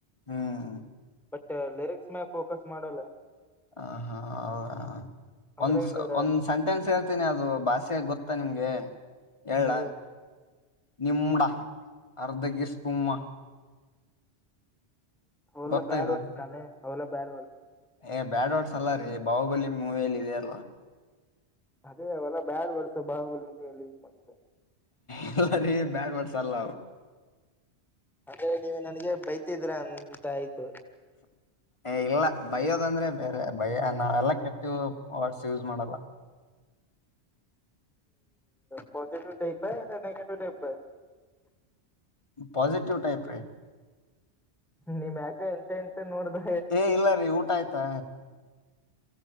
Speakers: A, on the left; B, in the centre.
A: ಹ್ಮ್
B: ಮತ್ತೆ ಲಿರಿಕ್ಸ್ ಮೇಲೆ ಫೋಕಸ್ ಮಾಡಲ್ಲ
A: ಹ ಹಾ ಹೌದಾ
B: ಅಂದ್ರೆ
A: ಒಂದ್
B: ಹೆಂಗ
A: ಒಂದ್ ಸೆಂಟೆನ್ಸ್ ಹೇಳ್ತೀನಿ ಅದು ಭಾಷೆ ಗೊತ್ತ ಮತ್ತ ನಿಮಗೆ ಹೇಳ
B: ಹೇಳಿ
A: ನಿಮಡ ಅರ್ಧ ಗಿಸ್ ಕುುಮ್ಮ
B: ಅವಲ್ಲ
A: ಗೊತ್ತ
B: ಬೇಡ್
A: ಇದು
B: ವಿಸ್ತಾನೆ ಅವಲ್ಲ ಬೇಡ್ ವ
A: ಏ ಬ್ಯಾಡ್ ವಡ್ಸ್ ಅಲ್ಲ ರೀ ಬಾಹುಬಲಿ ಮೂವಿಯಲ್ಲಿ ಇದೆಯಲ್ಲ
B: ಅದೇ ಅವಲ್ಲ ಬ್ಯಾಡ್ ವರ್ಸ ಬಾಲ್ಲಿ ಮಾಡೆ
A: ಇಲ್ಲ ರಿ ಬ್ಯಾಡ್ ವರ್ಸ ಅಲ್ಲ
B: ಅಂದ್ರೆ ನೀವು ನನ್ಗೆ ಬೈತಿದ್ರ ಅಂತ ಆಯ್ತು
A: ಏ ಇಲ್ಲ ಬಯ್ಯೋದಂದ್ರೆ ಬೇರೆ ಬಯ ನಾವೆಲ್ಲ ಕೆಟ್ಟ ವಾಟ್ಸ ಯೂಸ್ ಮಾಡಲ್ಲ
B: ಪಜಿಟಿವ್ ಬೇಕ ನೆಗಟಿವ್
A: ಪಾಸಿಟಿವ್ ಟೈಪೇ
B: ನಿಮ್ ಯಾಕ ಎಂತ ಇನ್ಸ ನೋಡ್ದೆ
A: ಏ ಇಲ್ಲ ರೀ ಊಟ ಆಯ್ತಾ